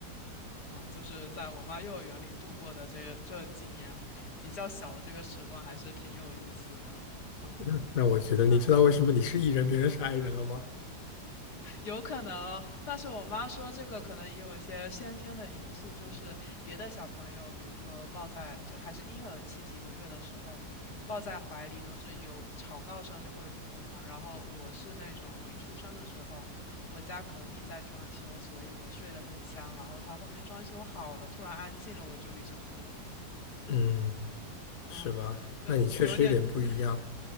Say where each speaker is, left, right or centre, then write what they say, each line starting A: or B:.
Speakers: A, on the left; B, on the left.
A: 嗯，就是在我妈幼儿园里度过的这这几年比较小的这个时光，还是挺有意思的。嗯，
B: 嗯那我觉得，
A: 那
B: 你知道为什么你是 E 人，别人是 I 人了吗？
A: 有可能，但是我妈说这个可能也有一些先天的因素，就是别的小朋友，比如说抱在就还是婴儿期几个月的时候，抱在怀里都是有吵闹声就会哭嘛。然后我是那种，我一出生的时候，我家隔壁在装修，所以我睡得很香。然后他后面装修好了，突然安静了，我就一直哭。
B: 嗯，是吧？
A: 嗯，就有点，
B: 那你确实有点不一样。
A: <laughs>